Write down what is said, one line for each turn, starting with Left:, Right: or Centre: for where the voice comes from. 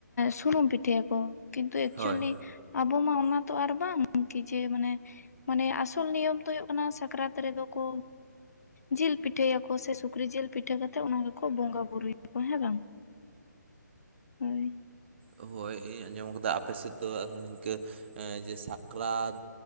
Left: ᱥᱩᱱᱩᱢ ᱯᱤᱴᱷᱟᱹᱭᱟᱠᱚ ᱠᱤᱱᱛᱩ ᱮᱠᱪᱩᱣᱟᱞᱤ
Right: ᱦᱳᱭ
Left: ᱟᱵᱚ ᱢᱟ ᱚᱱᱟ ᱛᱚ ᱟᱨ ᱵᱟᱝ ᱠᱤ ᱡᱮ ᱢᱟᱱᱮ ᱢᱟᱱᱮ ᱟᱥᱚᱞ ᱱᱤᱭᱚᱢ ᱫᱚ ᱦᱩᱭᱩᱜ ᱠᱟᱱᱟ᱾ ᱥᱟᱠᱨᱟᱛ ᱨᱮᱫᱚ ᱠᱚ ᱡᱤᱞ ᱯᱤᱴᱷᱟᱹᱭᱟᱠᱚ ᱥᱮ ᱥᱩᱠᱨᱤ ᱡᱤᱞ ᱯᱤᱴᱷᱟᱹ ᱠᱟᱛᱮᱜ ᱚᱱᱟ ᱜᱮᱠᱚ ᱵᱚᱸᱜᱟ ᱵᱩᱨᱩᱭᱟ ᱦᱮᱸ ᱵᱟᱝ ᱦᱳᱭ
Right: ᱦᱳᱭ ᱤᱧ ᱟᱸᱡᱚᱢ ᱠᱟᱫᱟ ᱟᱯᱮ ᱥᱮᱫ ᱫᱚ ᱟᱨᱦᱚᱸ ᱱᱤᱝᱠᱟᱹ ᱡᱮ ᱥᱟᱠᱨᱟᱛ